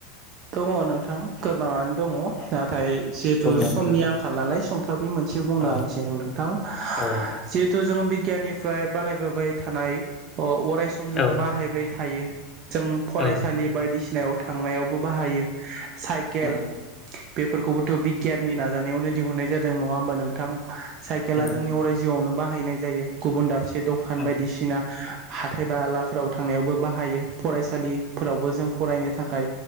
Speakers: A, on the right (about 45°); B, on the left (about 30°).
A: दङ नोंथां गोबांआनो दङ
B: औ
A: नाथाय जिहेतु
B: बुंनानै
A: समनि
B: होदो
A: आंखाल नालाय सम मोनसे बुंना
B: औ
A: होनोसै आं नोंथां
B: औ नोंथां
A: जिहेथु जों बिगियाननिफ्राय बानायबोबाय थानाय अ अरायस जों
B: औ
A: बाहायबाय थायो जों फरायसालि
B: औ
A: बायदिसिना <unintelligible> थांनायावबो बाहायो साइकेल
B: नंगौ औ
A: बेफोरखौबोथ' बि गियाननि नाजानायावनो दिहन्नाय जादों नङा होमबा नों थां साइकेला
B: औ नंगौ
A: जोंनि अराय जिआवनो बाहायनाय जायो गुबुन दाब से दखान
B: नोंथां
A: बायदिसिना
B: औ
A: हाथाय बालाफोराव थांनायावबो बाहायो फरायसालिफोरावबो जों फरायनो थाखाय